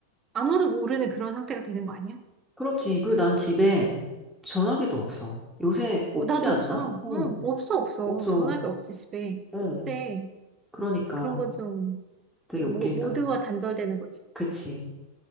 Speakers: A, on the right; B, in the centre.
A: 아무도 모르는 그런 상태가 되는 거 아니야?
B: 그렇지. 그리고 난 집에 전화기도 없어. 요새 없지
A: 어, 나도
B: 않나?
A: 없어.
B: 어,
A: 응, 없어, 없어.
B: 없어.
A: 전화기 없지, 집에.
B: 어,
A: 그래.
B: 그러니까
A: 그런 거 좀,
B: 되게
A: 모,
B: 웃긴다.
A: 모두와 단절되는 거지.
B: 그치.